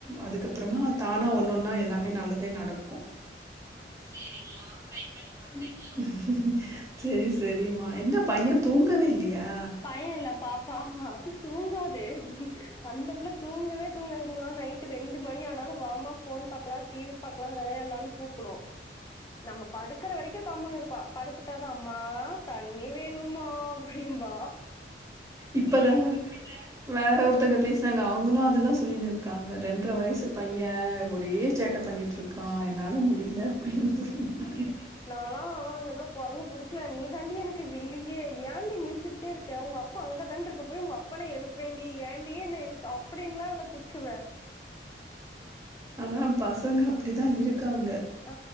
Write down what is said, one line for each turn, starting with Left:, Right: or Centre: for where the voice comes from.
Right: அதுக்கப்பறமா தானா ஒன்னொன்னா எல்லாமே நல்லதே நடக்கு சேரிங்கம்மா ட்ரை பண்ணி பாக்குறேங்மா செரி செரிமா என்ன பைய தூங்கவே இல்லயா
Left: பைய இல்ல பாப்பா அது தூங்காது அந்த புள்ள தூங்கவே தூங்காதுங்கம்மா நைட்டு ரெண்டு மணி ஆனாலு வாம்மா ஃபோன் பாக்கலா டிவி பாக்கலா வெளையாடலானு கூப்டும் நம்ம படுக்கற வரைக்கு கம்முன்னு இருப்பா படுத்துட்டா தா அம்மா தண்ணி வேணும்மா அப்பிடிம்பா
Right: இப்பதாங்க வேற ஒருத்தங்க
Left: இல்ல.
Right: பேசி நாங்க அவங்களு அது தா சொல்லினு இருக்காங்க ரெண்ட்ர வயசு பைய ஒரே சேட்ட பண்ணிட்ருக் க்கா என்னால முடில <inaudible>
Left: நால்லா இந்தப்புள்ள பொறந்த புதுசுல நீ தாண்டி எனக்கு வில்லியே ஏண்டி முழிச்சுக்கிட்டே இருக்க உங்க அப் அப்பா அங்க தான்ட்டு இருக்கு போய் உங்க அப்பன எழுப்பேண்டி ஏண்டி என்னைய எழுப்புற அப்டின்லா இவள திட்டுவ
Right: ஆனா நம்ம பசங்க அப்டித்தா இருக்காங்க
Left: ஆ